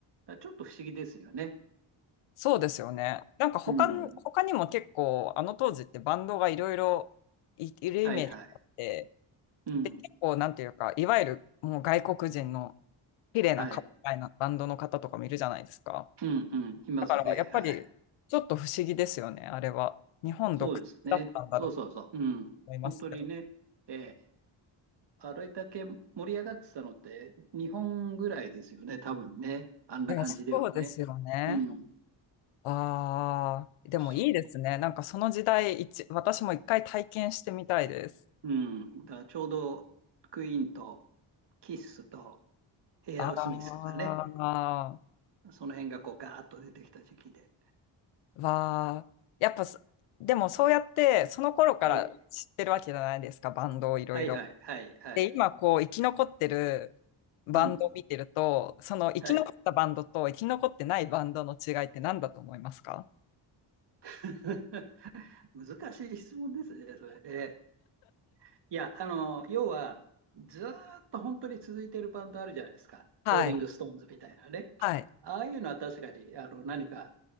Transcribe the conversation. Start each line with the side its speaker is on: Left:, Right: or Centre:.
Right: らちょっと不思議ですよね。
Left: そうですよね。なんか他に、
Right: うん。
Left: 他にも結構、あの当時ってバンドがいろいろい、いるイメージがあって、
Right: はいはい。うん。
Left: で、結構、なんていうか、いわゆるもう外国人の綺麗な顔みたいなバンドの方とかもいるじゃないですか。
Right: はい。うんうん。いますね。
Left: だから、やっぱり、
Right: はい。
Left: ちょっと不思議ですよね、あれは。日本独特だったんだろうと
Right: そうですね。そうそうそう。うん。
Left: 思いますけど。
Right: 本当にね、ええあれだけ盛り上がってたのって、日本ぐらいですよね、多分ね。あんな感じではね。
Left: いや、そうですよね。
Right: うん。
Left: ああ、でもいいですね。
Right: そ
Left: なんかその時代一、私も一回体験してみたいです。
Right: う。うん。だからちょうど、クイーンと、キッスと、エアロスミスとかね、
Left: ああ。
Right: その辺がこうガーッと出てきた時期で。
Left: わあ、やっぱそ、でもそうやってその頃から知ってるわけじゃないですか、
Right: ええ、
Left: バンドをいろいろ。
Right: はいはいはいはい。
Left: で、今こう生き残ってるバンドを見てると、
Right: うん。
Left: その生き残ったバンドと生き残ってないバンドの違いって何だと思いますか
Right: はい。<laughs> 難しい質問ですね、それで。いや、あの、要は、ずーっと本当に続いてるバンドあるじゃないですか。
Left: はい。
Right: ローリング・ストーンズみたいなね。
Left: はい。
Right: ああいうのは確かに、あの、何か、